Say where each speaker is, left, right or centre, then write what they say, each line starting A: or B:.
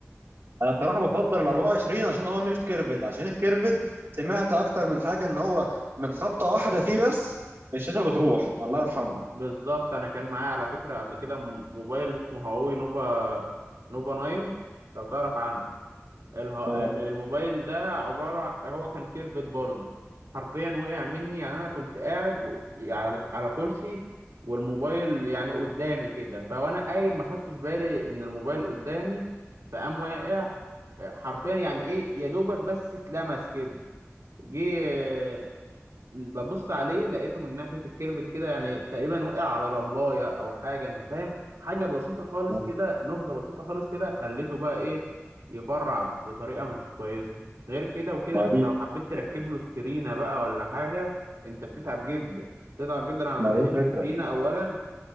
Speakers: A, on the right (about 50°); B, on the right (about 90°).
A: انا بصراحه بفضل ال 24 عشان هو مش كيرفد عشان الكيرفد سمعت اكتر من حاجه ان هو من خبطه واحده فيه بس الشاشه بتروح الله يرحمها
B: بالظبط انا كان معايا على فكرة قبل كده م- موبايل اسمه هواوي نوفا نوفا 9 لو تعرف عنه اله-
A: اه
B: ال- الموبايل ده عبارة هو كان كيرفت برضه حرفيا وقع مني يعني انا كنت قاعد و- على على كرسي والموبايل يعني قدامي كده فوانا قايم ما خدتش بالي ان الموبايل قدامي فقام واقع حرفيا يعني ايه يا دوبك بس اتلمس كده جه ببص عليه لقيته من ناحية الكيرفت كده يعني تقريبا وقع على رملاية أو حاجة أنت فاهم حاجة بسيطة خالص
A: ما
B: كده نهضة بسيطة خالص كده خليته بقى إيه يفرع بطريقة مش كويسة غير كده وكده
A: ما
B: أنت
A: دي
B: لو حبيت تركب له سكرينة بقى ولا حاجة أنت بتتعب جدا بتتعب جدا على ما
A: ما
B: تلاقي
A: دي الفكره
B: له سكرينة أولا